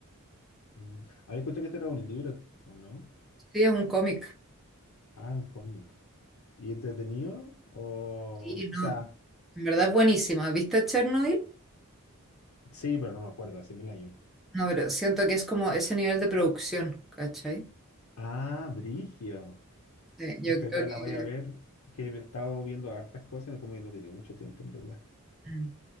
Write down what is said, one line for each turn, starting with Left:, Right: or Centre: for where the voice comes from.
Left: Mm. Había escuchado que este era un libro, ¿o no?
Centre: Sí, es un cómic.
Left: Ah, un cómic. ¿Y entretenido? O...
Centre: Sí, no,
Left: o sea,
Centre: en verdad es buenísima. ¿Viste Chernobyl?
Left: sí, pero no me acuerdo, hace mil años.
Centre: No, pero siento que es como ese nivel de producción, ¿cachai?
Left: Ah, Brigio.
Centre: Sí, yo
Left: Pucha,
Centre: creo
Left: ya
Centre: que...
Left: la voy a ver. Es que he estado viendo hartas cosas, como que no tenía mucho tiempo, en verdad.
Centre: mm.